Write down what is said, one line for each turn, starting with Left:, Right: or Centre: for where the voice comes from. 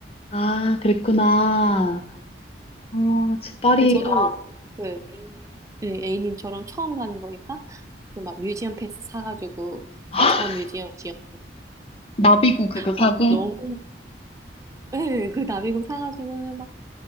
Left: 아, 그랬구나. 어, 저 파리,
Right: 근데 저도
Left: 아,
Right: 그 A님, 네, A님처럼 처음 가는 거니까 그 막 뮤지엄 패스 사가지고
Left: <laughs>
Right: 저 뮤지엄 뮤지엄
Left: 나비고 그거 사고?
Right: 막 너무 예, 그 나비고 사가지고는 막,